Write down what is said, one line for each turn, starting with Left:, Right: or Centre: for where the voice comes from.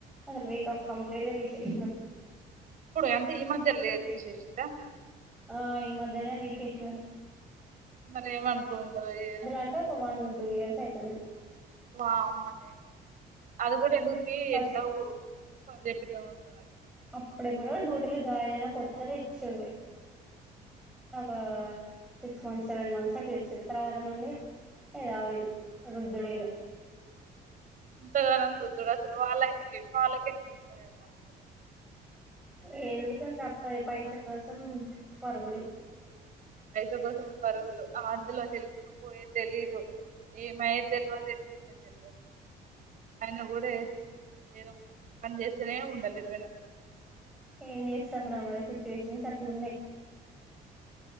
Centre: అసలు వీక్ ఆఫ్ కంప్లీట్ గా తీసేస్న్నారు
Right: ఇప్పుడు అంతే ఈ మధ్య లే తీసేసదా
Centre: ఆ ఈ మధ్యనే తీసేస్నారు
Right: మరి ఏమనుకుంటారు ఏ
Centre: అంటే ఒక వన్ టూ ఇయర్స్ అయ్తుంది
Right: మా అమ్మనే అది గూడా ఎందుకు తీ
Centre: ఫస్ట్
Right: ఎట్లా చెపిద్దామవుతున్నది
Centre: అప్పుడేప్పుడో డ్యూటీలో జాయిన్ అయినా కొత్త ఇచ్చుండే ఒక సిక్స్ మంత్స్ సెవెన్ మంత్స్ అట్లా ఇచ్చిర్రు తర్వాత నుండి యదా విది రుద్దుడేగా
Right: ఎంతగనం రుద్ధుడు అసలు వాళ్ళ వాళ్ళకి ఎట్లోస్తాయో మనసులు
Centre: ఏం జేసాం తప్పదు పైస కోసం పగురులు
Right: పైస కోసం పరుగులు అందులో హెల్ప్ప్ పోయే తెలీదు ఏమైద్దెల్వదు ఎటు <unintelligible> తెల్వదు ఆయిన గూడా ఏదో పని చేస్తేనే ఉండాలి ఇరవై నాలుగు గంటలు
Centre: ఏం జేస్తాం రా మరి సిచ్యువేషన్స్ అట్లున్నాయ్